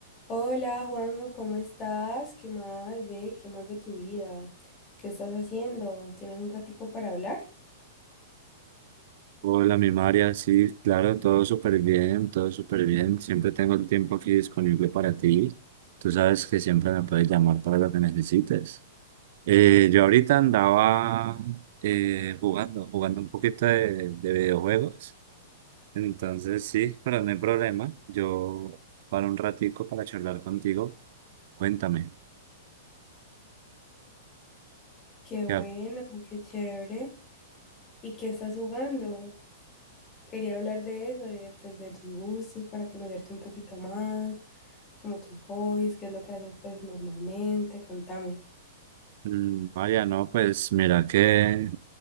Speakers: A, on the left (about 30°); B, on the right (about 60°).
A: Hola Juanjo, ¿cómo estás? ¿Qué más, ve? ¿Qué más de tu vida? ¿Qué estás haciendo? ¿Tienes un ratico para hablar?
B: Hola, mi María, sí, claro, todo súper bien, todo súper bien. Siempre tengo el tiempo aquí disponible para ti. Tú sabes que siempre me puedes llamar para lo que necesites. Eh, yo ahorita andaba eh, jugando, jugando un poquito de, de videojuegos. Entonces, sí, pero no hay problema. Yo para un ratico para charlar contigo. Cuéntame.
A: Qué bueno,
B: Ya,
A: qué chévere. ¿Y qué estás jugando? Quería hablar de eso, de, pues, de tus gustos, para conocerte un poquito más, como tus hobbies, qué es lo que haces pues normalmente, contame.
B: mm, María, no, pues mira que